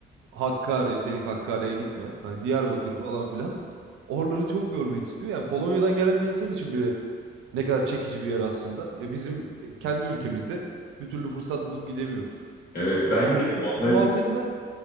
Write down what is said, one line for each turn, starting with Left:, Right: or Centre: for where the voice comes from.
Right: Hakkari dedik Hakkari'ye gitme. Hani Diyarbakır falan filan. Oraları çok görmek istiyor. Yani Polonya'dan gelen bir insan için bile ne kadar çekici bir yer aslında. E bizim kendi ülkemizde bir türlü fırsat bulup gidemiyoruz.
Left: evet. Bence
Right: Ya bu, bu,
Left: onların
Right: bu muhabbeti ben